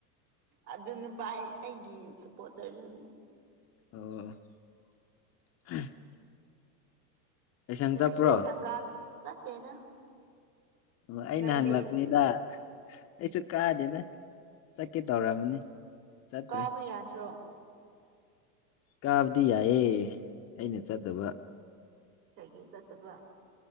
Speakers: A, on the right; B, on the left.
A: ꯑꯗꯨ ꯅꯨꯄꯥ ꯑꯩꯒꯤ ꯁꯞꯄꯣꯔꯇꯔꯗꯨ
B: ꯑꯣ ꯂꯩꯁꯪ
A: ꯉꯁꯤ
B: ꯆꯠꯄ꯭ꯔꯣ
A: ꯂꯩꯁꯪꯒꯥꯗ ꯆꯠꯇꯦꯅ
B: ꯑꯣ ꯑꯩꯅ
A: ꯅꯪꯗꯤ
B: ꯍꯪꯂꯛꯄꯅꯤꯗ ꯑꯩꯁꯨ ꯀꯥꯗꯦꯗ ꯆꯠꯀꯦ ꯇꯧꯔꯃꯤꯅꯤ ꯆꯠꯇ꯭ꯔꯦ
A: ꯀꯥꯕ ꯌꯥꯗ꯭ꯔꯣ
B: ꯀꯥꯕꯗꯤ ꯌꯥꯏꯑꯦ ꯑꯩꯅ ꯆꯠꯇꯕ
A: ꯍꯥꯏꯒꯤ ꯆꯠꯇꯕ